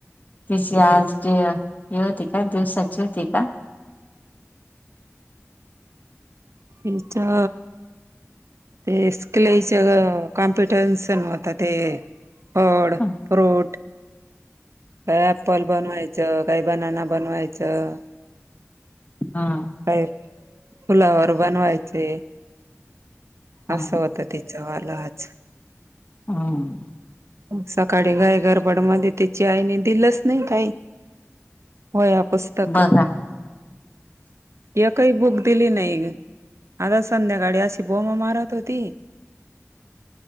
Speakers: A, on the left; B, on the right.
A: तिची आज डे हे होती का दिवसाची होती का?
B: इच्छा ते स्केल सगळं कॉम्पिटनशन होत ते फळ,
A: ह
B: फ्रूट काय अप्पल बनवायचं काय बनाना बनवायचं.
A: हा
B: काय फुलावर बनवायचे
A: ह
B: असं होतं त्यांच वाला आज
A: हा..
B: सकाळी घाय गरबड मध्ये त्याची आईने दिलच नाही काही. वह्या, पुस्तक.
A: बघा
B: एकही बुक दिली नाही. आता संध्याकाळी अशी बोमा मारत होती.